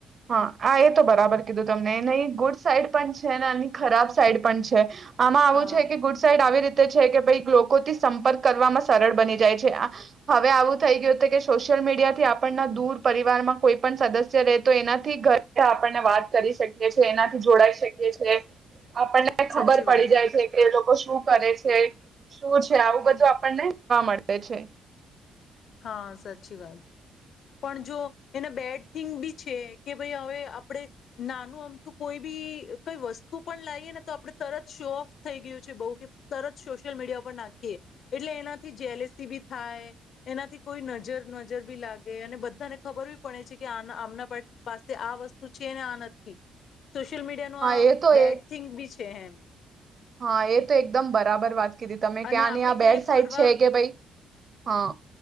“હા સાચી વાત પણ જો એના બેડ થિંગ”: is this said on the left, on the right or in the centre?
Left